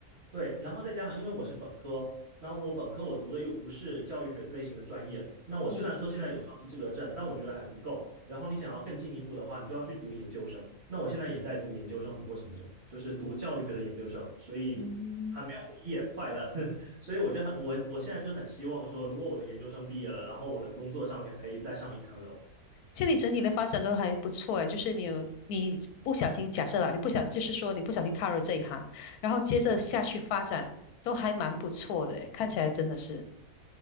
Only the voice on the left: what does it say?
嗯
嗯，
现在你整体的发展都还不错诶，就是你有你不小心假设了，你不小就是说你不小心踏入这一行，然后接着下去发展都还蛮不错的诶，看起来真的是，